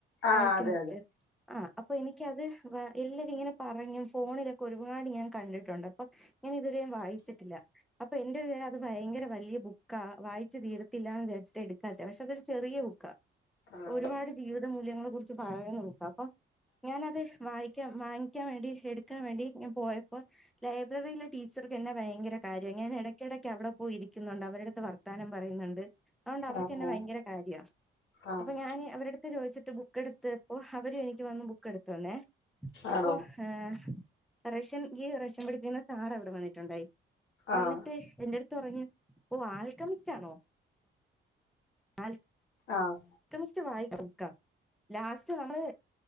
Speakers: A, on the left; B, in the centre.
A: ആഹ്
B: ആൽക്കമിസ്റ്റ്.
A: അതെ അതെ
B: ആഹ് അപ്പൊ എനിക്കത് വ എല്ലരും ഇങ്ങനെ പറഞ്ഞും ഫോണിലൊക്കെ ഒരുപാട് ഞാൻ കണ്ടിട്ടുണ്ട്. അപ്പൊ ഞാന് ഇതുവരെ വായിച്ചിട്ടില്ല. അപ്പൊ എന്റെ ഒരു ത അത് ഭയങ്കര വൽ യ ബുക്കാ വായിച്ചു തീരത്തില്ലാന്ന് വിചരിച്ചിട്ട് എടുക്കാത്ത. പക്ഷെ അതൊരു ചെറിയ ബുക്കാ.
A: ആഹ്
B: ഒരുപാട് ജീവിതമൂല്യങ്ങളെ കുറിച്ച് പറയണ ബുക്ക. ഓഹ് ഞാനത് വായിക്കാ വാങ്ങിക്കാൻ വേണ്ടി എടുക്കാൻ വേണ്ടി ഞാൻ പോയ അപ്പോ ലൈബ്രറിയിലെ ടീച്ചർക്കന്നെ ഭയങ്കര കാര്യ. ഞാന് ഇടയ്ക്കിടയ്ക്ക് അവിടെ പോയിരി- ക്യുന്നുണ്ട്. അവരടുത്ത് വർത്താനം പറയുന്നുണ്ട്. അതുകൊണ്ട് അവർക്കന്നെ
A: ആഹ്
B: ഭയങ്കര കാര്യാ.
A: ആഹ്
B: അപ്പൊ ഞാന് അവരുട ട്ട് ചോദിച്ചിട്ട് ബുക്ക് എടുത്തപ്പോ അവരും എനിക്ക് വന്ന് ബുക്ക് എടുത്തുന്നേ. അപ്പൊ
A: ആണോ
B: ഏഹ് റഷൻ ഈ റഷൻ പടിപ്പിക്കുന്ന സാറ് അവിടെ വന്നിട്ടുണ്ടായി വന്നിട്ട്
A: ആഹ്
B: എന്റട്ത്ത് പറഞ്ഞു ഓ ആൽക്കമിസ്റ്റാണോ? ആൽ-
A: ആഹ്
B: ക്കമിസ്റ്റ് വായിച്ചൊട്ക്കാം ലാസ്റ്റ് നമ്മള്